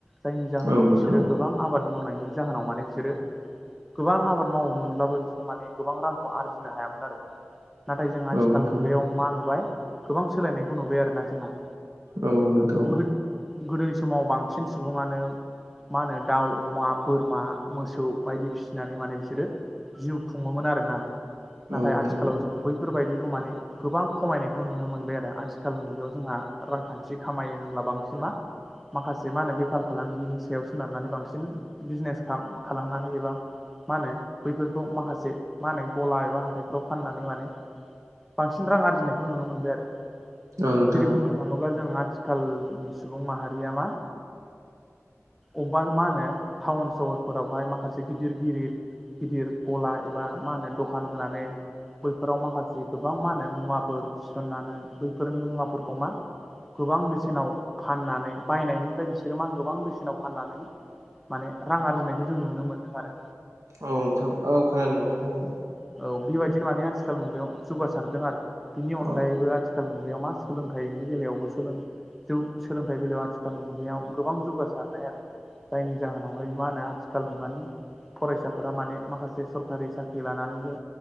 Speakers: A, in the centre; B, on the right.
A: जायनि जाहोनाव
B: औ
A: बिसोरो
B: नोंथां
A: गोबां आबाद मावनायनि जाहोनाव माने बिसोरो गोबां आबाद मावोमोनब्लाबो बिसोरो माने गोबां रांखौ आरजिनो हायामोन आरो। नाथाय जों
B: औ
A: आथिखाल
B: नोंथां
A: मुगायाव मा नुबाय गोबां सोलायनायखौ नुबाय आरोना जोंहा।
B: औ नोंथां
A: गोद गोदोनि समाव बांसिन सुबुङानो मा होनो दाउ अमा बोरमा मोसौ बायदि फिसिनानै माने बिसोरो जिउ खुंङोमोन आरोना नाथाय
B: औ नोंथां
A: आथिखालाव जों बै बेफोरबायदिखौ माने गोबां खमायनायखौ नुनो मोनबाय आरो आथिखाल मुगायाव जोंहा रांखान्थि खामायो होनब्ला बांसिन मा माखासे मा होनो बेफार फालांगिनि सायाव सोनारनानै बांसिन बिजनेस खाम खालामनानै एबा मा होनो बैफोरखौ माखासे मा होनो गला एबा हाथायफ्राव फाननानै माने बांसिन रां आरजिनायखौ नुनो मोनबाय आरो।
B: औ नोंथां
A: जेरै बुंनो थांङोब्ला जों आथिखालनि सुबुं माहारिया मा अबा मा होनो टाउन सहरफोरावहाय माखासे गिदिर गिदिर गिदिर गला एबा मा होनो दखान होनानै बैफोराव माखासे गोबां मा होनो मुवाफोर थिसननानै बैफोरनि मुवाफोरखौ मा गोबां बेसेनाव फाननानै बायनायनिफ्राय बिसोरो मा गोबां बेसेन नाव फाननानै माने रां आरजिनायखौ जों नुनो मोनदों आरो।
B: औ नोंथां औ खोनादों नोंथां खोनादों।
A: औ बेबायदिनो माने आथिखाल मुगायाव जौगासारदों आरो बिनि अनगायैबो
B: औ
A: आथिखा खाल मुगायाव मा सोलोंथाइनि बेलायावबो सोलों जौ सोलोंथाइ बेलायाव आथिखाल मुगायाव गोबां जौगा सारनाय आरो जायनि जाहोनावहाय मा होनो आथिखाल मुगानि फरायसाफोरा माने माखासे सरखारि साख्रि लानानैबो